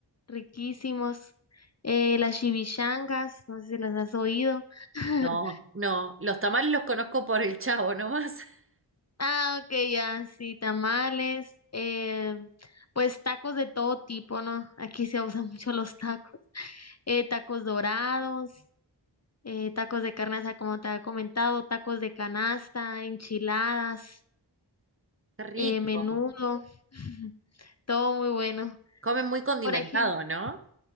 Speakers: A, on the left; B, on the right.
A: riquísimos, eh, las chivichangas no sé si las has oído. <laughs>
B: No, no, los tamales los conozco por el Chavo nomás. <laughs>
A: Ah, ok, ya, sí, tamales, eh, pues tacos de todo tipo, ¿no? Aquí se usan mucho los tacos. Eh, tacos dorados, eh, tacos de carne asada, como te había comentado, tacos de canasta, enchiladas,
B: Qué rico.
A: eh, menudo, <laughs> todo muy bueno.
B: Comen muy condimentado,
A: Por ejemplo,
B: ¿no?